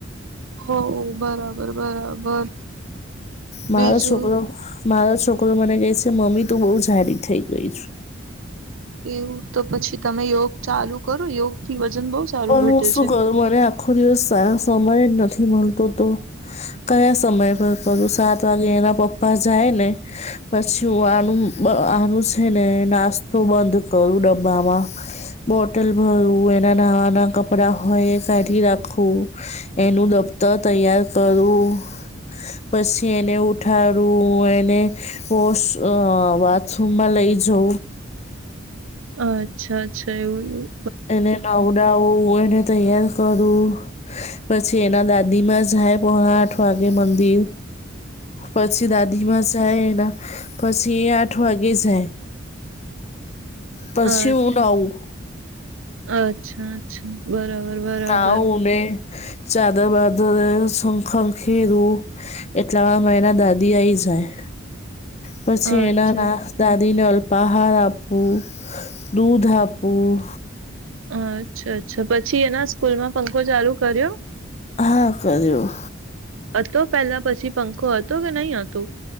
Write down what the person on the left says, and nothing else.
મારો
છોકરો મારો છોકરો મને કહે છે મમ્મી તું બહુ જાડી થઈ ગઈ છુ.
પણ
હું શું
કરું મને આખો દિવસ સ સમય નથી મળતો તો. કયા સમય પર કરું સાત વાગે એના પપ્પા જાય ને. પછી હું આનું આનું છે ને નાસ્તો બંધ કરું ડબ્બામાં બોટલ ભરવું એના નાવા ના કપડા હોય એ કાઢી રાખવું. એનું દફતર તૈયાર કરું. પછી એને ઉઠાડું એને. વોશ અ બાથરૂમમાં લઈ જ‌ઉ.
એને નવડાવું એને તૈયાર કરવું. પછી એના દાદી માં જાય પોડા આઠ વાગે મંદિર. પછી દાદીમાં જાય એના પછી એ આઠ વાગે જાય. પછી
હું નાવું.
નાઉને ચાદર બાદર સ ખખેરુ. એટલામાં મા એના દાદી આઈ જાય.
પછી
એ ના દાદીને અલ્પાહાર આપવું દૂધ આપવું.
હા કર્યું.